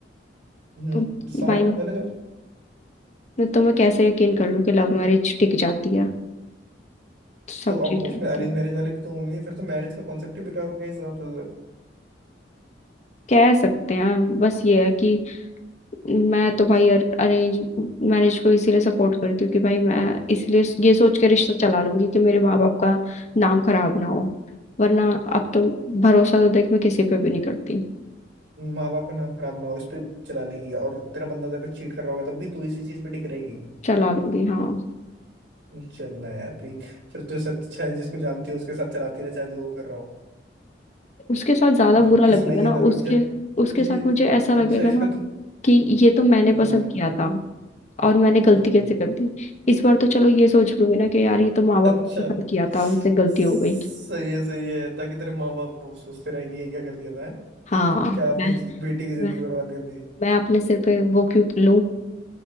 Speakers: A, on the right; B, on the left.
A: हम्म
B: तो
A: सारे
B: भाई
A: लव मैरिज वाले
B: मैं- तो मैं कैसे यकीन कर लूँ कि लव मैरिज टिक जाती है तो सब
A: तो
B: चीटर
A: अब उसमें
B: होते
A: अरेंज
B: हैं
A: मैरिज वाले भी तो होंगे फिर तो मैरिज का कॉन्सेप्ट ही बेकार हो गया इस हिसाब से
B: कह सकते हैं बस ये है कि मैं तो भाई अरेंज मैरिज को इसीलिए सपोर्ट करती हूँ कि भाई मैं इसलिए ये सोच के रिश्ता चला लूंगी कि मेरे माँ बाप का नाम खराब ना हो वरना अब तो भरोसा तो देख मैं किसी पे भी नहीं करती
A: माँ बाप का नाम खराब ना हो इस पे चला लेगी और तेरा बंदा तेरे पे चीट कर रहा होगा तब भी तू इसी चीज पे टिक रहेगी
B: चला लूंगी हाँ
A: चलना है यार प्लीज फिर तो सच अच्छा है जिसको जानती है उसके साथ चलाती रहे चाहे जो वो कर रहा हो
B: उसके साथ ज्यादा बुरा
A: जब पिस
B: लगेगा
A: नहीं
B: ना
A: है तेरे को
B: उसके
A: जब
B: उसके
A: ये
B: साथ मुझे ऐसा लगेगा
A: अच्छा है, इसमें
B: ना
A: तो
B: कि ये तो मैंने पसंद
A: हम्म
B: किया था और मैंने गलती
A: हम्म
B: कैसे कर दी इस बार तो चलो ये सोच लूंगी ना कि यार ये तो माँ बाप
A: अच्छा
B: को पसंद किया
A: सही
B: था उनसे गलती हो गई
A: है सही है ताकि तेरे माँ बाप वो सोचते रहे कि ये क्या कर दिया था हैं?
B: हाँ
A: क्या आपने
B: मैं
A: जिद- बेटी की जिंदगी
B: मैं
A: बर्बाद कर दी
B: मैं अपने सिर पे वो क्यों लूं